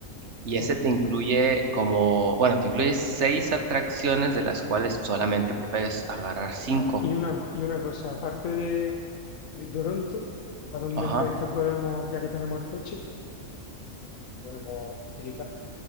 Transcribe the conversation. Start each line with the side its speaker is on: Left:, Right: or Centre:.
Right: y ese
Left: Oh,
Right: te incluye como, bueno, te incluye seis atracciones de las cuales solamente puedes agarrar cinco.
Left: Ah, y una, co- y una cosa, aparte de, de Toronto, ¿a dónde
Right: Ajá.
Left: crees que podemos, ya que tenemos el coche, podemos utilizar?